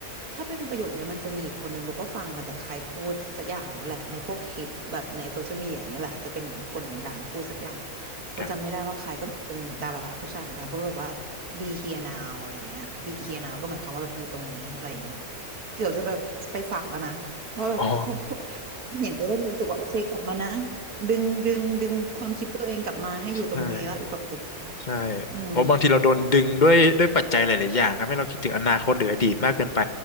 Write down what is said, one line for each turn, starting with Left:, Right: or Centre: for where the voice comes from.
Right: ถ้าเป็นประโยคเนี้ยมันจะมีอีกคนหนึ่งโบก็ฟังมาจากใครพูดสักอย่างนี่แหละในพวกคลิปแบบในโซเชียลมีเดียนี่แหละจะเป็นเหมือนคนดังพูดสักอย่างโบจำไม่ได้ว่าใครก็เป็นดาราผู้ชายเหมือนกันพูดว่าแบบว่า
Left: ครับ
Right: be here now อะไรอย่างเงี้ย
Left: อ
Right: be here now ก็หมายความว่าแบบอยู่ตรงนี้อะไรอย่างเงี้ยเกือบจะแบบไปสักแล้วนะว่าแบบ
Left: ๋อ
Right: <laughs> เห็นจะได้รู้สึกว่าโอเคกลับมานะดึงดึงดึงความคิดตัวเองกลับมาให้อยู่ตรงนี้แล้วอยู่กับปัจจุบัน
Left: ใช่ใช่
Right: อืม
Left: เพราะบางทีเราโดนดึงด้วยด้วยปัจจัยหลายๆอย่างทำให้เราคิดถึงอนาคตหรืออดีตมากเกินไป